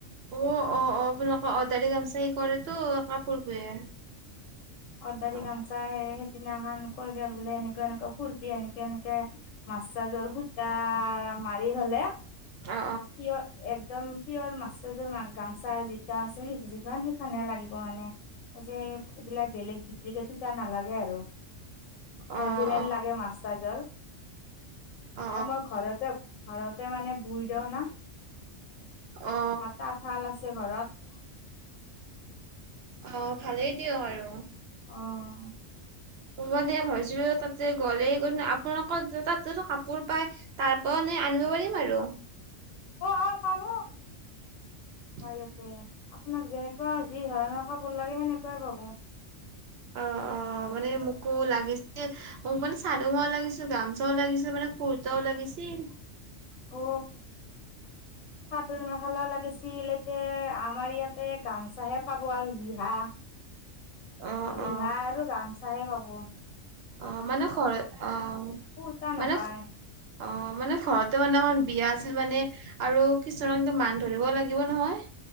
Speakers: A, on the right; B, on the left.
A: অ', অ', অ', আপোনালোক অদাৰি গামচা কৰেতো কাপোৰ বয়ে।
B: অৰ্দাৰ
A: অ
B: গামোচা সেইদিনাখনকৈ গল বোলে এনেকুৱা এনেকুৱে ফুল দি এনেকে এনেকে। মাছাজৰ সূতা মাৰি হলে পিয়
A: অ
B: একদম। পিয়ৰ মাছযোৰ গামচা যি আছে সেই য সেইখে লাগিব মানে। <unintelligible> এইবিলাক বেলেগ ডিপ্লিকেট সোতা নালাগে আৰু।
A: অ
B: অৰিজিনেল
A: অ
B: লাগে মাস্তাজৰ।
A: অ
B: এ মই ঘৰতে ঘৰতে মানে বই দওঁ না আমাৰ
A: অ অ
B: তাত শাল আছে ঘৰত।
A: অ', ভালেই দিয়ক আৰু।
B: অ'।
A: মানে ভাবছো তাতে গ'লে আপোনালোকৰ তাতো কাপোৰ পায়। তাৰ পৰা নই আনিব পাৰিম আৰু। <inaudible>
B: অ', অ', পাব আমাৰ ইয়াতে আপোনাক যেনেকুৱা যি ধৰণৰ কাপোৰ লাগে সেনেকুৱাই পাব।
A: অ', অ',
B: আমাৰ ইয়াতে
A: মানে মোক আকৌ লাগিছিল মোক মানে চাদু মাও লাগিছিল গামোচাও লাগিছিল মানে কুৰ্তাও লাগিছিল। <inaudible>
B: অ', চাদৰ মেখেলা লাগিছিল এতিয়া আমাৰ ইয়াতে গামোচাহে পাব আৰু ৰিহা।
A: <inaudible>
B: ৰিহা
A: অ
B: আৰু গামচাহে পাব।
A: অ', মানে খ অ',
B: কুৰ্তা
A: মানে।
B: নাপায়
A: অ', মানে ঘৰতে মানে এখন বিয়া আছিল মানে আৰু কিছু ৰংটো মান ধৰিব লাগিব নহয়।